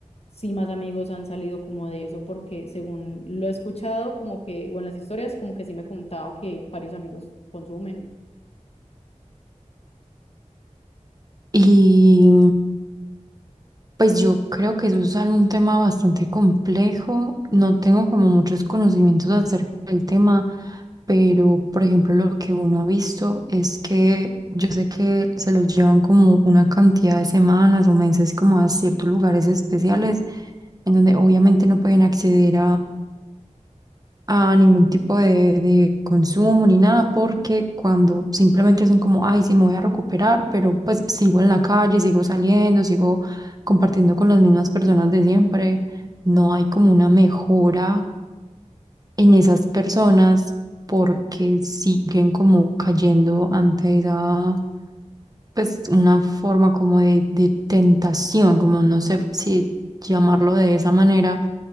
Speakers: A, on the left; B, on the right.
A: sí, más amigos han salido como de eso, porque según lo he escuchado, como que, o en las historias, como que sí me contaba que varios amigos consumen.
B: Y, Pues yo creo que eso es algo- un tema bastante complejo. No tengo como muchos conocimientos acerca del tema, pero por ejemplo lo que uno ha visto es que yo sé que se los llevan como una cantidad de semanas o meses como a ciertos lugares especiales en donde obviamente no pueden acceder a ningún tipo de, de consumo ni nada, porque cuando simplemente son como, ay, sí, me voy a recuperar, pero pues sigo en la calle, sigo saliendo, sigo compartiendo con las mismas personas de siempre, no hay como una mejora en esas personas porque siguen como cayendo ante esa pues una forma como de, de tentación, como no sé si llamarlo de esa manera,